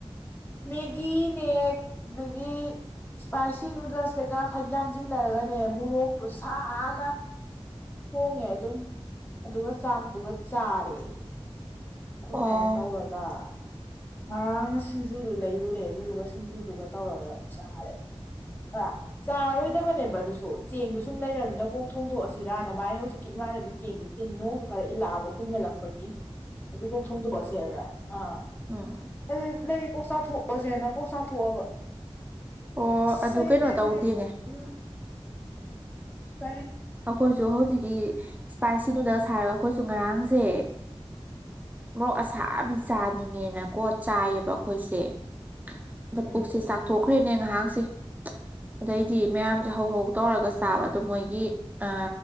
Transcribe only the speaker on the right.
ꯑꯣ
ꯑꯣ
ꯑꯣ ꯑꯗꯨ
ꯀꯩꯅꯣ ꯇꯧꯗꯦꯅꯦ
ꯑꯩꯈꯣꯏꯁꯨ ꯍꯧꯖꯤꯛꯀꯤ ꯏꯁꯄꯥꯏꯁꯤ ꯅꯨꯗꯜ ꯁꯥ ꯍꯥꯏꯔꯒ ꯑꯩꯈꯣꯏꯁꯨ ꯉꯔꯥꯡꯁꯦ ꯃꯔꯣꯛ ꯑꯁꯥꯕꯤ ꯆꯥꯅꯤꯡꯉꯦꯅꯀꯣ ꯆꯥꯏꯌꯦꯕ ꯑꯩꯈꯣꯏꯁꯦ ꯑꯗ
ꯄꯨꯛꯁꯦ ꯆꯥꯛꯊꯣꯛꯈ꯭ꯔꯦꯅꯦ ꯉꯥꯏꯍꯥꯛꯁꯦ ꯑꯗꯩꯗꯤ ꯃꯌꯥꯝꯁꯦ ꯍꯧꯍ ꯇꯧꯔꯒ ꯇꯥꯕ ꯑꯗꯨꯣ ꯃꯣꯏꯒꯤ ꯑ